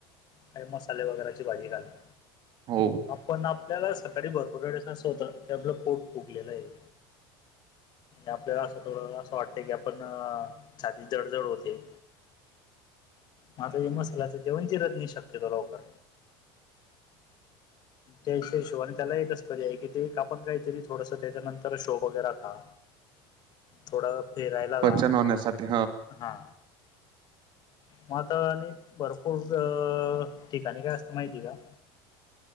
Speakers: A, on the left; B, on the right.
A: काही मसाले वगैरेची भाजी घाली
B: हो
A: आपण आपल्याला सकाळी भरपूरळेस अस होत की आपलं पोट फुगलेलं हे आपल्याला असं थोडं असं वाटत की आपण छातीत जड जड होते
B: <unintelligible>
A: मग आत्ता हे मसालाच जेवण जीरत नाही शक्य तो लवकर त्याहिशोवाने त्याला एकच पर्याय की ते का आपण काहीतरी थोडसं त्याच्यानंतर शो वगैरे खा थोडासा फिरायला
B: पचन
A: जा
B: होण्यासाठी
A: हा मग आता आणि भरपूर अ ठिकाणी काय असतं माहिती आहे का